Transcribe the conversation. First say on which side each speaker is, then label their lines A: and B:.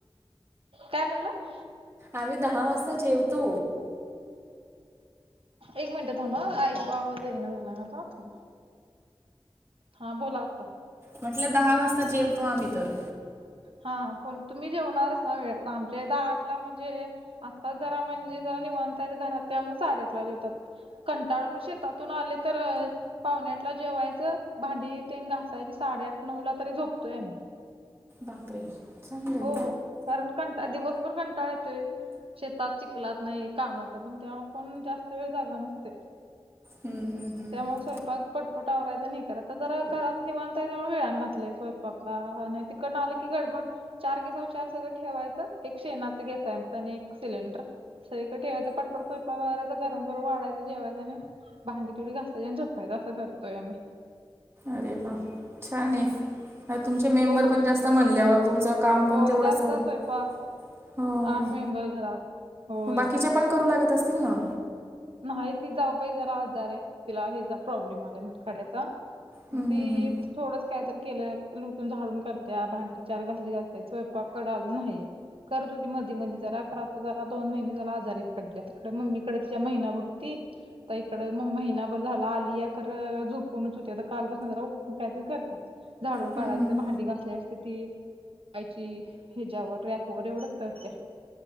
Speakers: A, on the right; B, on the right.
A: काय म्हणलात?
B: आम्ही दहा वाजता जेवतो.
A: एक मिनिटं थांब एकु आवाज येईना, झाला माझा थांब. हा, बोला आता.
B: म्हटलं दहा वाजता जेवतो. आम्ही तर,
A: हा हां. पण तुम्ही जेवणारच वेळेवर, आमच्या हित इथं आठ. आठ ला म्हणजे, आता जरा म्हणजे जरा निवांताय घरात त्यामुळे साडेआठला जेवतात. कंटाळून म शेतातून आले तर. पावणे आठला जेवायचं, भांडी तेन घासायची साडेआठ नऊला तरी झोपतोय आम्ही.
B: बापरे, चांगलंय.
A: हो कारण कंटा दिवसभर कंटाळा येतोय. शेतात चिखलात नाही, काम करून त्यामुळे कोण जास्त वेळ जाग नसतय.
B: हम्म हम्म हम्म.
A: त्यामुळं स्वयंपाक. पटपट आवरायचं नाही हे करायचं तर जरा घरात निवांत हाय, वेळान घातलंय स्वयंपाकला आणि तिकडन आले की गडबड. चार गॅसावर चार सगळं ठेवायचं, एक शेणाचा गॅस आहे आमच आणि एक सिलेंडर. सगळीकडं ठेवायचं पटपट स्वयंपाक आवरायचं, गरम गरम वाडायचं जेवायचं आणि. भांडी तेवडी घासायची आणि, झोपायच असं करतोय आम्ही.
B: अरे वा! छान आहे, तुमचे मेंबर
A: हो
B: पण जास्तं म्हणल्यावर तुमचं. काम पण
A: होय
B: तेवढंच.
A: जास्त
B: हो
A: स्वयंपाक आठ मेंबर घरात होय
B: बाकीचे पण करू लागत असतील ना?
A: नाही, ती जाऊबाई जरा आजार आहे, तिला ह्याचा प्रॉब्लेम आलाय मूतखड्याचा
B: हम्म
A: मग ते.
B: हम्म हम्म.
A: थोडंच कायतरी केलं, लुटून झाडून करत्या, भांडी चार घासली घासायचं, स्वयंपाककड अजून नाही करत होती मधी - मधी जरा, खरं आता जरा दोन महिने झालं आजारीच पडल्या ती. तीकडं मम्मीकडं, तिच्या महिनाभर होती त इकडं म महिनाभर झाला आलीया खरं, झोपूनच होते, आता कालपासून जरा उठून कायतरी करत्या. झाडून
B: हम्म
A: काढायचं,
B: हम्म
A: भांडी घासलेस तर ती आयची, हेज्यावर रॅकवर एवढच करते